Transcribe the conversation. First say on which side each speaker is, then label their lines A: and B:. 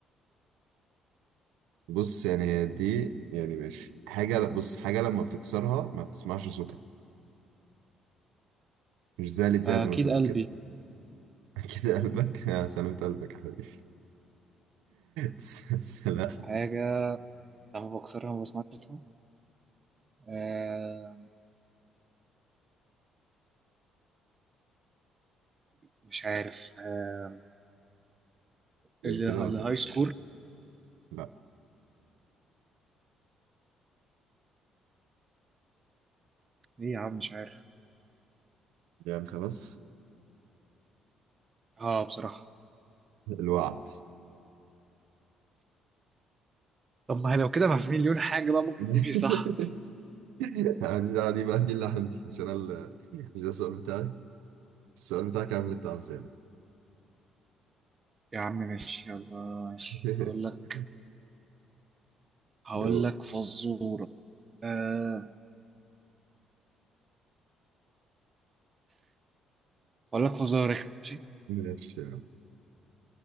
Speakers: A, on the right; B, on the right.
A: بص يعني هي دي يعني ماشي حاجة بص حاجة لما بتكسرها ما بتسمعش صوتها مش زي الإزاز
B: آه، أكيد
A: مثلا
B: قلبي
A: وكده <laughs> كده قلبك آه، سلامة قلبك يا حبيبي <laughs> س- س- لا
B: حاجة لما بكسرها ما بسمعش صوتها آه. مش عارف آه.
A: يعني
B: اللي
A: كده ولا
B: الهاي
A: ايه؟
B: سكور
A: لا
B: إيه يا عم مش عارف
A: يعني خلاص
B: اه بصراحة
A: الوعد
B: طب ما هي لو كده ما في مليون حاجة بقى ممكن
A: <laughs>
B: تمشي صح
A: أنا دي ده- دي بقى دي اللي عندي عشان أنا ال- مش ده السؤال بتاعي السؤال بتاعك اعمل اللي انت عاوزه يعني
B: يا عم ماشي يلا ماشي
A: <laughs>
B: هقول لك هقول
A: يقول
B: لك فزورة أه هقول لك فزورة رخمة ماشي
A: ماشي يا عم